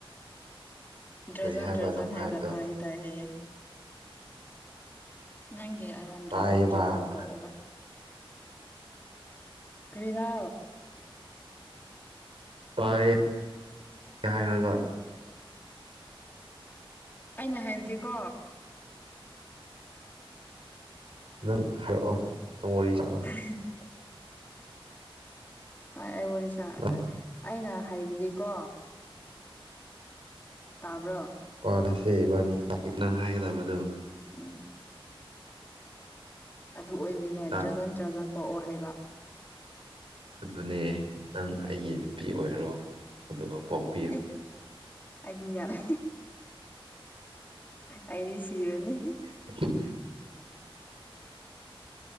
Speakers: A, on the left (about 20°); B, on the right (about 70°).
A: ꯗ꯭ꯔꯖꯟ
B: ꯀꯔꯤ ꯍꯥꯏꯕ
A: ꯗ꯭ꯔꯖꯟ
B: ꯅꯪ ꯍꯥꯏꯕꯗꯣ
A: ꯍꯥꯏꯔꯒ ꯇꯥꯏ ꯇꯥꯏꯑꯦ ꯅꯪꯒꯤ ꯑꯉꯟ
B: ꯇꯥꯏꯌꯦꯕ
A: ꯗ꯭ꯔꯖꯟ ꯗ꯭ꯔꯖꯟ ꯄꯣꯛꯎꯕ ꯀꯔꯤꯔꯥ
B: ꯇꯥꯏꯌꯦ
A: ꯎꯝ
B: ꯍꯥꯏꯔꯒ
A: ꯑꯩꯅ ꯍꯥꯏꯕꯗꯤꯀꯣ
B: ꯅꯪ ꯍꯥꯏꯔꯛꯑꯣ ꯅꯪ ꯋꯥꯔꯤ
A: <unintelligible>
B: ꯁꯥꯔꯛꯑꯣ
A: ꯑꯩ ꯋꯥꯔꯤ ꯁꯥ
B: ꯍꯥ
A: ꯑꯩꯅ ꯍꯥꯏꯕꯗꯤꯀꯣ ꯇꯥꯕ꯭ꯔꯣ
B: ꯄꯥꯂꯁꯦ ꯏꯕꯥꯅꯤ ꯅꯪ ꯍꯥꯏꯒꯗꯕꯗꯣ
A: ꯎꯝ ꯑꯗꯨ ꯑꯣꯏꯕꯤꯅꯦ
B: ꯇꯥꯛ
A: ꯗ꯭ꯔꯖꯟ ꯗ꯭ꯔꯖꯟ ꯄꯣꯛꯑꯣ ꯍꯥꯏꯕ
B: ꯑꯗꯨꯅꯦ ꯅꯪ ꯑꯩꯒꯤ ꯅꯨꯄꯤ ꯑꯣꯏꯔꯣ ꯑꯗꯨꯒ ꯄꯣꯛ
A: ꯏ ꯑꯩꯗꯤ ꯌꯥꯔꯦ ꯑꯩꯗꯤ ꯁꯤꯔꯅꯤ
B: <inaudible>